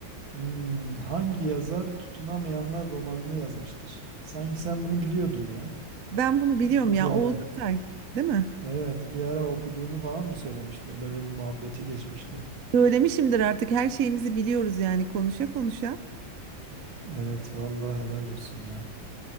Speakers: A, on the right; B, on the right.
A: Hmm, hangi yazar Tutunamayanlar romanını yazmıştır? Sanki sen bunu biliyordun ya.
B: Ben bunu biliyorum
A: Bir
B: ya
A: ara.
B: Oğuz Atay değil mi?
A: Evet, bir ara okuduğunu falan mı söylemiştin? Öyle bir muhabbeti geçmişti.
B: Söylemişimdir artık her şeyimizi biliyoruz yani konuşa konuşa.
A: Evet, vallahi helal olsun ya.